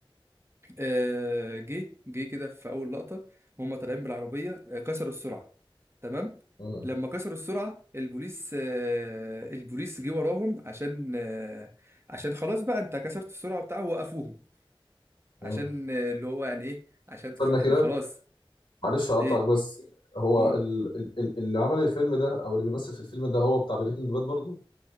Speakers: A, on the right; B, on the left.
A: آه، جه جه كده في اول لقطه وهم طالعين بالعربيه آه، كسروا السرعه تمام
B: مم.
A: لما كسروا السرعه البوليس آه، البوليس جه وراهم عشان آه، عشان خلاص بقى انت كسرت السرعه بتاعه وقفوهم
B: مم.
A: عشان آه، اللي هو يعني ايه عشان
B: استنى
A: خ- يعني
B: كده
A: خلاص
B: معلش اقطعك
A: ايه
B: بس هو
A: هو-
B: ال- ال- ال- اللي عمل الفيلم ده او اللي بيمثل في الفيلم ده هو بتاع بريكنج باد برضه